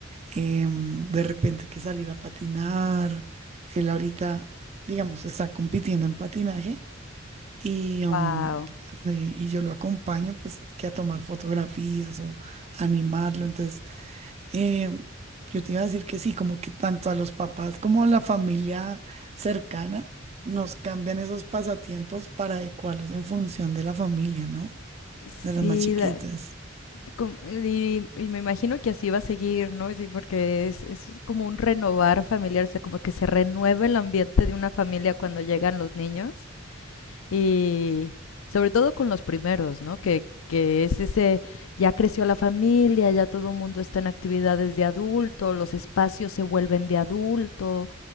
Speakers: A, on the right; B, on the left.
A: em, de repente que salir a patinar. Él ahorita, digamos, está compitiendo en patinaje y,
B: Wow.
A: em, sí, y yo lo acompaño pues que a tomar fotografías o animarlo. Entonces, em, yo te iba a decir que sí, como que tanto a los papás como a la familia cercana nos cambian esos pasatiempos para adecuarlos en función de la familia, ¿no?
B: Sí,
A: De las más chiquitas.
B: la- como- y, y me imagino que así va a seguir, ¿no? Sí, porque es, es como un renovar familiar, o sea, como que se renueva el ambiente de una familia cuando llegan los niños. Y sobre todo con los primeros, ¿no? Que, que es ese, ya creció la familia, ya todo el mundo está en actividades de adulto, los espacios se vuelven de adulto